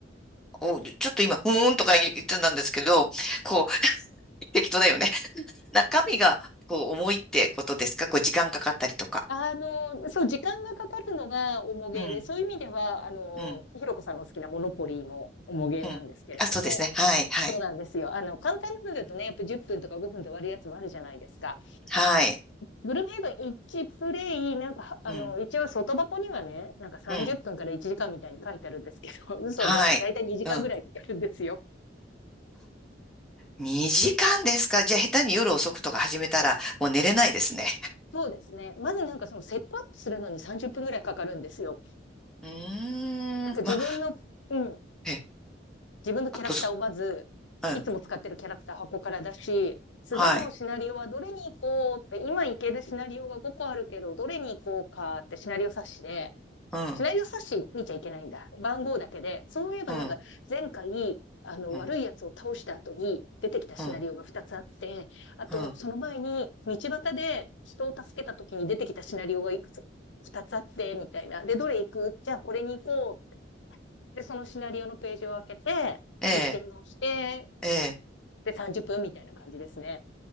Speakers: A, in the centre; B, on the left (about 75°).
A: お、ちょっと今、うーんとか言ってたんですけど、こう、<laughs> 適当だよね。<laughs> 中身が、こう、重いってことですかこう、時間かかったりとか。
B: あの、そう、時間がかかるのが重げで、
A: うん。
B: そういう意味では、あの、
A: うん。
B: ひろこさんの好きなモノポリーも重げなんですけれども、
A: うん。あ、そうですね。はい。はい。
B: そうなんですよ。あの、簡単なのだとね、やっぱ10分とか5分で終わるやつもあるじゃないですか。
A: はい。
B: ブルームヘイブン1プレイ、なんか、あの、
A: うん。
B: 一応外箱にはね、なんか30分から1時間みたいに書いてあるんですけど、
A: うん。
B: <laughs> 嘘で、
A: はい。
B: だいたい2時間ぐらいかかるんですよ。
A: うん。2時間ですか。じゃあ、下手に夜遅くとか始めたら、もう寝れないですね。
B: そうですね。まずなんかそのセットアップするのに30分ぐらいかかるんですよ。
A: うーん。
B: なんか自分の、
A: まあ、
B: うん、
A: え、
B: 自分のキャラクターをまず、
A: あとず、うん。
B: いつも使ってるキャラクター箱から出し、次のシナリオはどれに行こうって、
A: はい。
B: 今行けるシナリオが5個あるけど、どれに行こうかってシナリオ冊子で、
A: うん。
B: シナリオ冊子見ちゃいけないんだ。番号だけで。そういえばなんか、
A: うん。
B: 前回、あの、
A: うん。
B: 悪いやつを倒した後に出てきたシナリオが2つあって、
A: うん。
B: あと、
A: うん
B: その前に、道端で人を助けた時に出てきたシナリオがいくつ、2つあって、みたいな。で、どれ行くじゃあこれに行こうで、そのシナリオのページを開けて、
A: ええ。
B: セッティングをして、
A: ええ。
B: で、30分みたいな感じですね。